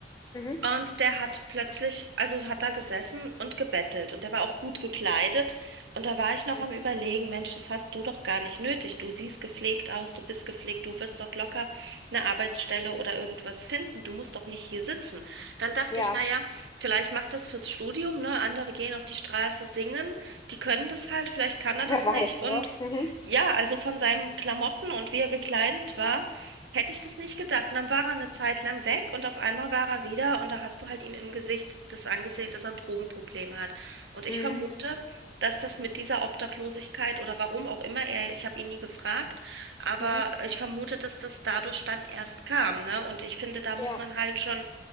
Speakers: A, on the left; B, on the right.
A: Mhm.
B: Und der hat plötzlich, also hat da gesessen und gebettelt und der war auch gut gekleidet. Und da war ich noch
A: Mhm.
B: am Überlegen, Mensch, das hast du doch gar nicht nötig. Du siehst gepflegt aus, du bist gepflegt, du wirst doch locker eine Arbeitsstelle oder irgendwas finden. Du musst doch nicht hier sitzen. Dann dachte
A: Ja,
B: ich, naja, vielleicht macht das fürs Studium, ne? Andere gehen auf die Straße singen, die können das halt, vielleicht kann
A: <laughs>
B: er das
A: wer weiß,
B: nicht. Und
A: ne? Mhm.
B: ja, also von seinen Klamotten und wie er gekleidet war, Hätte ich das nicht gedacht. Und dann war er eine Zeit lang weg und auf einmal war er wieder und da hast du halt ihm im Gesicht das angesehen, dass er ein Drogenproblem hat. Und ich
A: Mhm.
B: vermute, dass das mit dieser Obdachlosigkeit oder warum auch immer er, ich habe ihn nie gefragt, aber
A: Mhm.
B: ich vermute, dass das dadurch dann erst kam, ne? Und ich finde, da muss
A: Ja,
B: man halt schon,